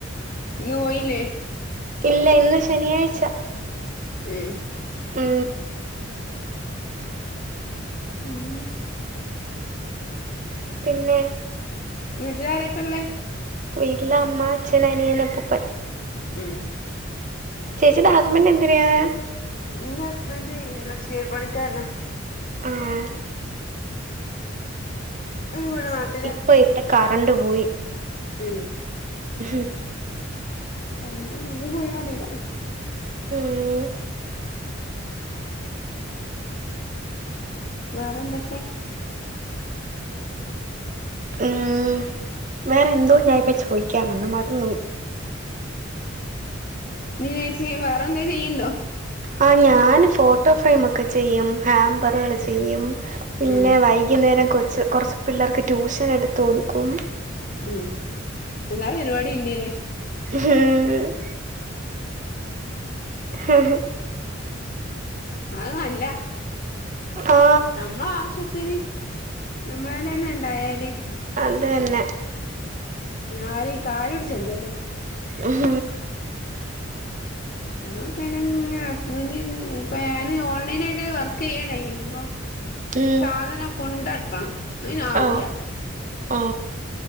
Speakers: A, on the left; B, on the right.
A: ഇന്നുപോയില്ലേ
B: ഇല്ല ഇന്ന് ശനിയാഴ്ച
A: ഉം
B: ഉം
A: ഉം
B: പിന്നെ
A: വീട്ടിലാരക്കെ ള്ളേ
B: വീട്ടില് അമ്മ അച്ഛനനിയനപ്പൂപ്പൻ
A: ഉം
B: ചേച്ചിയുടെ ഹസ്ബന്റ് എന്ത്‌ ചെയ്യാണ്
A: ന്റെ ഹസ്ബന്റ് ഇൻഡ്രസ്റ്റീൽ പണിക്കാരന
B: ആഹ്
A: ഇവിടെ നാട്ടിൽ
B: ഇപ്പൊ ഇവിടെ കറണ്ട് പോയി
A: ഉം
B: ഉ
A: എന്റെ <unintelligible>
B: ഉം
A: വേറെന്തൊക്കെ
B: ഉം വേറെന്തോ ഞാനിപ്പ ചോദിക്കാ വന്ന് മറന്നുപോയി
A: <unintelligible> വേറെ എന്തേം ചെയ്യ്ണ്ടോ
B: ആ ഞൻ ഫോട്ടോ ഫ്രെയിമ ക്കെ ചെയ്യും ഹാമ്പറാൾ ചെയ്യും പിന്നെ
A: ഉം
B: വൈ വൈകുന്നേരം കൊച്ച് കുറച്ച് പിള്ളേർക്ക് ട്യൂഷനെട്ത്ത് കൊടുക്കും
A: ഉം എല്ലാ പരിപാടിം ഇണ്ട്ല്ലേ
B: ഉഹും ഹഹ ഹ
A: അഹ് അല്ല
B: ആ
A: നമ്മളെ ആാവശ്യത്തിന് നമ്മളെലന്നെ ഇണ്ടായാല്
B: അതന്നെ
A: ആരേം കാലു പിടിച്ചേണ്ടല്ലോ
B: ഉം
A: അമ്മക്കന ഹസ്ബൻഡ് നങ്ങനെ ഇപ്പൊ ഞാന് ഓൺലൈൻ ആായിട്ട് വർക്ക് ചെയ്യാനായി ഇപ്പൊ
B: ഉം
A: സാധനം കൊണ്ടെട്ക്കണം അയ്ന് ആവൂല
B: ഓ ഓ